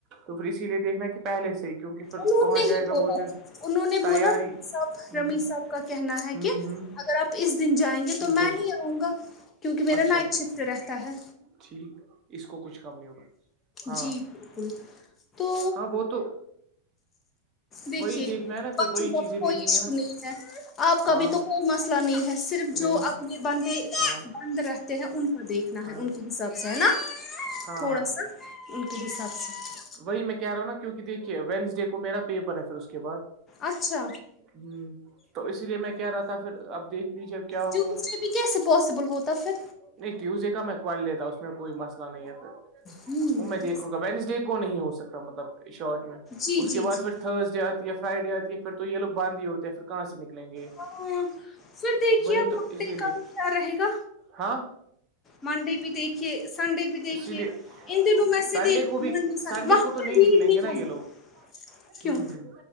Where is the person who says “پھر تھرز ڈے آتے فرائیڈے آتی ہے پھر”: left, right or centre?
Right